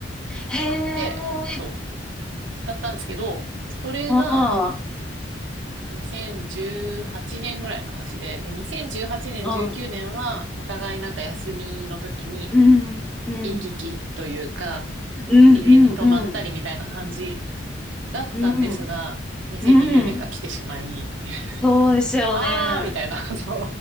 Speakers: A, in the centre; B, on the right.
A: へ
B: なって、そう。
A: え。
B: だったんですけど、それが
A: ああ。
B: 2018年ぐらいの話で、で、2018年、
A: うん。
B: 19年は、お互いなんか休みの時に、
A: うん。うん。
B: 行き来というか、
A: うん。
B: 家に泊まったりみたいな感じ
A: うん。
B: だったんですが、
A: うん。
B: 2020年が来てしまい、
A: うん。うん。
B: <laughs>
A: そうですよね。
B: あーみたいな、<laughs> そ